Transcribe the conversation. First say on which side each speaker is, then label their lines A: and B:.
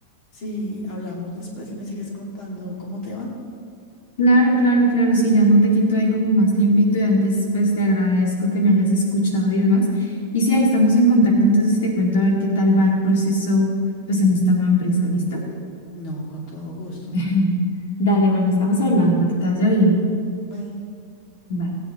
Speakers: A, on the left; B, on the left.
A: si hablamos después y me sigues contando cómo te va.
B: Claro, claro, claro, sí, ya no te quito ahí como más tiempito y antes pues te agradezco que me hayas escuchado y demás. Y sí, ahí estamos en contacto, entonces si te cuento a ver qué tal va el proceso pues en esta nueva empresa, ¿listo?
A: No, con todo gusto.
B: <laughs> Dale, bueno, estamos hablando, que te vaya bien.
A: Bye.
B: Bye.